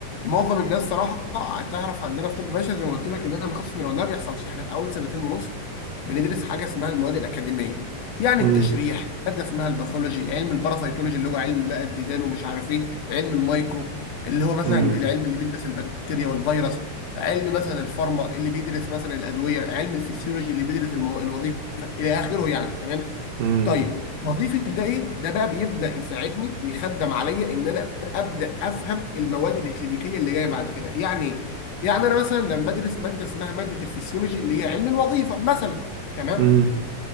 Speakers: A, on the left (about 65°); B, on the right (about 80°).
A: معظم الناس صراحه تعرف عندنا في طب بشري زي ما قلت لك ان احنا بنخصص من الولاده ما بيحصلش احنا في اول سنتين ونص بندرس حاجه اسمها المواد الاكاديميه يعني
B: امم
A: التشريح ماده اسمها الباثولوجي علم الباراسيتولوجي اللي هو علم بقى الديدان ومش عارف ايه علم المايكرو اللي هو مثلا
B: امم
A: العلم اللي بيدرس البكتيريا والفيروس علم مثلا الفارما اللي بيدرس مثلا الادويه علم الفسيولوجي اللي بيدرس المو... الوظيفه الى اخره يعني تمام
B: امم
A: طيب وظيفه ده ايه ده بقى بيبدا يساعدني ويخدم عليا ان انا ابدا افهم المواد الاكلينيكيه اللي جايه بعد كده يعني ايه يعني انا مثلا لما بدرس ماده اسمها ماده الفسيولوجي اللي هي علم الوظيفه مثلا تمام
B: امم